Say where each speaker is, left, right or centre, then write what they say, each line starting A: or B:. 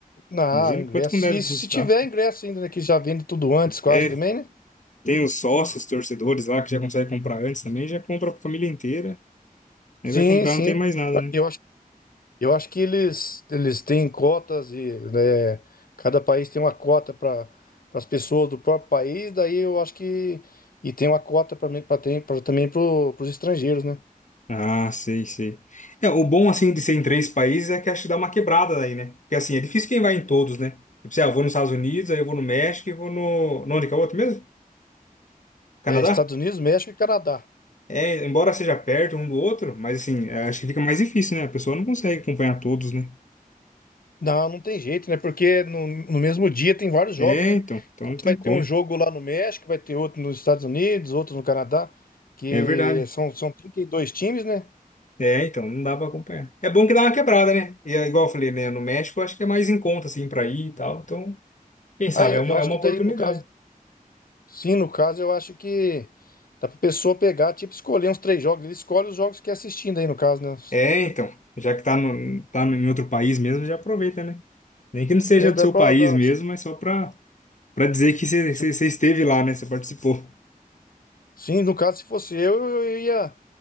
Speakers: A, on the left; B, on the left.
A: Ah,
B: Imagina
A: o ingresso.
B: quanto que não deve
A: E
B: custar.
A: se tiver ingresso ainda, né, que já vende tudo antes quase
B: É,
A: também, né?
B: tem os sócios, torcedores lá que já conseguem comprar antes também, já compra pra família inteira. Aí
A: Sim,
B: vai comprar,
A: sim.
B: não tem mais nada, né?
A: Eu Eu acho que eles, eles têm cotas e né, cada país tem uma cota para as pessoas do próprio país, daí eu acho que e tem uma cota para também para os estrangeiros, né?
B: Ah, sei, sei. É, o bom, assim, de ser em três países é que acho que dá uma quebrada aí, né? Porque, assim, é difícil quem vai em todos, né? Tipo, sei lá, eu vou nos Estados Unidos, aí eu vou no México e vou no... no onde que é o outro mesmo? Canadá?
A: É, Estados Unidos, México e Canadá.
B: É, embora seja perto um do outro, mas, assim, é, acho que fica mais difícil, né? A pessoa não consegue acompanhar todos, né?
A: Não, não tem jeito, né? Porque no, no mesmo dia tem vários jogos,
B: É,
A: né?
B: então. Então
A: Enquanto
B: não tem
A: vai
B: como.
A: ter um jogo lá no México, vai ter outro nos Estados Unidos, outro no Canadá, que
B: É verdade.
A: são, são 32 times, né?
B: É, então, não dá pra acompanhar. É bom que dá uma quebrada, né? E, é igual eu falei, né? No México, eu acho que é mais em conta, assim, pra ir e tal. Então, quem sabe,
A: Ah, eu,
B: é uma,
A: eu
B: é
A: acho
B: uma
A: que
B: oportunidade.
A: daí, no caso, Sim, no caso, eu acho que dá pra pessoa pegar, tipo, escolher uns três jogos. Ele escolhe os jogos que é assistindo aí, no caso, né?
B: É, então, já que tá, no, tá no- em outro país mesmo, já aproveita, né? Nem que não seja
A: É,
B: do
A: dá
B: seu
A: pra.
B: país
A: dá-
B: mesmo, mas só pra, pra dizer que você
A: se-
B: esteve lá, né? Você participou.
A: sim, no caso, se fosse eu, eu ia